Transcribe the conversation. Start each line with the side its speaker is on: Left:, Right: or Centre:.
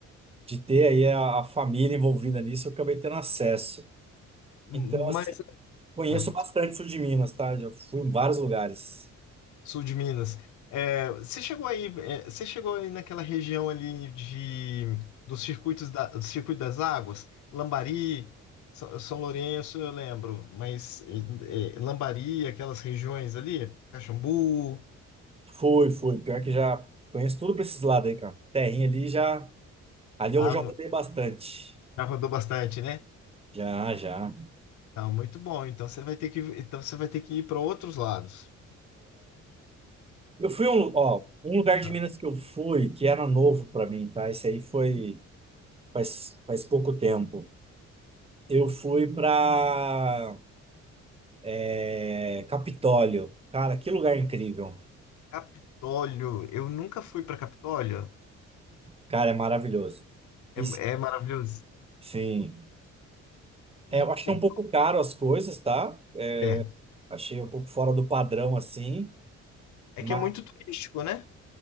Right: de ter aí a, a família envolvida nisso, eu acabei tendo acesso.
Left: Mas.
Right: Então, assim, Conheço
Left: ah,
Right: bastante o sul de Minas, tá? Já fui em vários lugares.
Left: Sul de Minas. É, você chegou aí, é, você chegou aí naquela região ali de dos circuitos da, do Circuito das Águas, Lambari, São, São Lourenço, eu lembro, mas é, é, Lambari, aquelas regiões ali, Caxambu,
Right: Fui, fui. Pior que já conheço tudo pra esses lados aí, cara. Terrinha ali já. Ali
Left: ah,
Right: eu já
Left: mu-
Right: rodei bastante.
Left: já rodou bastante, né?
Right: Já, já.
Left: Tá, muito bom. Então você vai ter que, então você vai ter que ir para outros lados.
Right: Eu fui a um, lu- ó, um lugar de
Left: tá?
Right: Minas que eu fui, que era novo pra mim, tá? Isso aí foi faz, faz pouco tempo. Eu fui pra é, Capitólio. Cara, que lugar incrível.
Left: Capitólio, eu nunca fui para Capitólio.
Right: Cara, é maravilhoso.
Left: É,
Right: E,
Left: é maravilhoso.
Right: sim, é,
Left: E
Right: eu achei
Left: co-
Right: um pouco caro as coisas, tá?
Left: é,
Right: Achei um pouco fora do padrão assim.
Left: é
Right: Mas
Left: que é muito turístico, né?